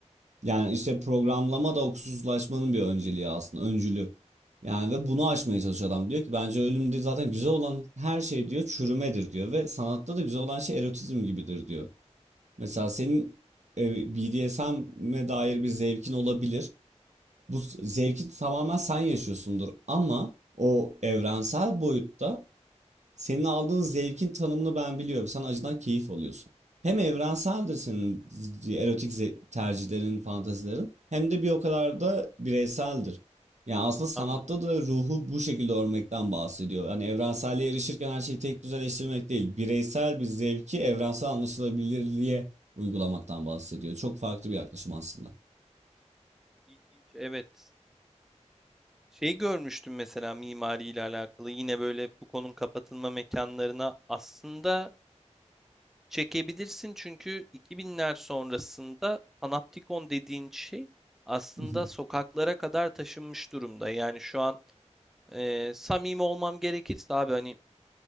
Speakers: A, on the right; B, in the centre.
A: Yani işte programlama da o kusursuzlaşmanın bir önceliği aslında, öncülü. Yani ve bunu aşmaya çalışıyor adam. Diyor ki bence ölümde zaten güzel olan her şey diyor çürümedir diyor ve sanatta da güzel olan şey erotizm gibidir diyor. Mesela senin e, BDSM'e dair bir zevkin olabilir. Bu zevki tamamen sen yaşıyorsundur ama o evrensel boyutta senin aldığın zevkin tanımını ben biliyorum. Sen acıdan keyif alıyorsun. Hem evrenseldir senin erotik ze- tercihlerin, fantazilerin hem de bir o kadar da bireyseldir. Yani aslında sanatta
B: Anladım.
A: da ruhu bu şekilde örmekten bahsediyor. Yani evrenselliğe erişirken her şeyi tek düzeleştirmek değil, bireysel bir zevki evrensel anlaşılabilirliğe uygulamaktan bahsediyor. Çok farklı bir yaklaşım aslında.
B: İlginç evet Şey görmüştüm mesela mimariyle alakalı yine böyle Foucault'un kapatılma mekanlarına aslında çekebilirsin çünkü 2000'ler sonrasında panoptikon dediğin şey aslında
A: <laughs>
B: sokaklara kadar taşınmış durumda. Yani şu an e, samimi olmam gerekirse abi hani